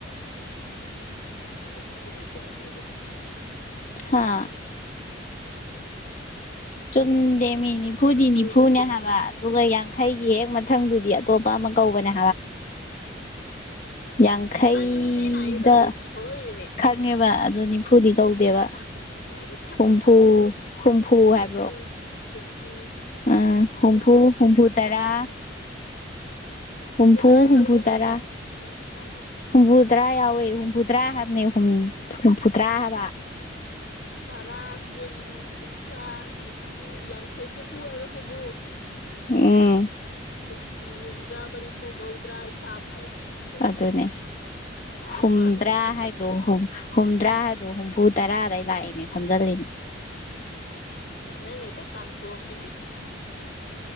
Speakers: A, on the left; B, on the left.
A: ꯀꯩꯅꯣ ꯆꯨꯝꯃꯤꯀꯣ ꯑꯩ ꯍꯥꯏꯁꯦ
B: ꯍꯥꯥ
A: ꯌꯥ
B: ꯆꯨꯝꯗꯦ ꯃꯤ ꯅꯤꯐꯨꯗꯤ ꯅꯤꯐꯨꯅꯦ
A: ꯀꯨꯟ ꯀꯨꯟꯊ꯭ꯔꯥ
B: ꯍꯥꯏꯕ ꯑꯗꯨꯒ ꯌꯥ ꯈꯩꯒꯤ ꯍꯦꯛ ꯃꯊꯪꯗꯨꯗꯤ ꯑꯇꯣꯞꯄ ꯑꯃ ꯀꯧꯕꯅꯦ ꯌꯥꯡꯈꯩꯗ
A: ꯑꯗꯨꯅꯦ ꯑꯩꯅ ꯍꯥꯏꯒꯦ ꯇꯧꯔꯤꯁꯦ ꯁꯣꯏꯔꯤꯅꯦ
B: ꯈꯪꯉꯦꯕ ꯑꯗꯨ ꯅꯤꯐꯨꯗꯤ ꯀꯧꯗꯦꯕ
A: ꯑꯗꯨ
B: ꯍꯨꯝꯐꯨ ꯍꯨꯝꯐꯨ ꯍꯥꯏꯕ
A: ꯎ ꯍ ꯇꯨꯨꯝꯐꯨ
B: ꯑꯝ ꯍꯨꯝꯐꯨ ꯍꯨꯝꯐꯨ ꯇꯔꯥ ꯍꯨꯝꯐꯨ
A: ꯇꯔꯥ
B: ꯍꯨꯝꯐꯨꯇꯔꯥ
A: ꯌꯥꯎꯗꯦ ꯉꯥꯏꯈꯣꯝ ꯍꯨꯝꯐꯨ ꯇꯔꯥ
B: ꯍꯨꯝꯐꯨꯇꯔꯥ ꯌꯥꯎꯋꯦ ꯍꯨꯝꯐꯨꯇꯔꯥ ꯍꯥꯏꯕꯅꯦ ꯍꯨꯝꯐꯨꯇꯔꯥ ꯍꯥꯏꯕ
A: ꯇꯔꯥ ꯀꯨꯟ ꯀꯨꯟꯊ꯭ꯔꯥ ꯅꯤꯐꯨ ꯌꯥꯡꯈꯩ ꯍꯨꯝꯐꯨ ꯍꯥꯏꯕ ꯍꯨꯝꯐꯨ
B: ꯎꯝ
A: ꯍꯨꯝꯐꯨ ꯍꯨꯝꯗ꯭ꯔꯥ ꯃꯔꯤꯐꯨ ꯃꯧꯗ꯭ꯔꯥ ꯏ ꯆꯥꯝ ꯍꯥꯏꯕ ꯁꯨꯝ
B: ꯑꯗꯨꯅꯦ
A: ꯁꯨꯃꯥꯏꯅ
B: ꯍꯨꯝꯗ꯭ꯔꯥ
A: ꯄꯥꯗꯗꯤ ꯍꯦꯛꯇ
B: ꯍꯥꯏꯗꯣ
A: ꯈꯪꯗꯦꯕ
B: ꯍꯨꯝꯗ꯭ꯔꯥ ꯍꯥꯏꯗꯣ ꯍꯨꯝꯐꯨ ꯇꯔꯥꯗ ꯂꯥꯛꯏꯅꯦ ꯊꯝꯖꯔꯣꯏꯅꯤ
A: ꯅ ꯅ ꯏ ꯇ ꯀꯥꯟꯊꯝꯕꯤꯅꯦ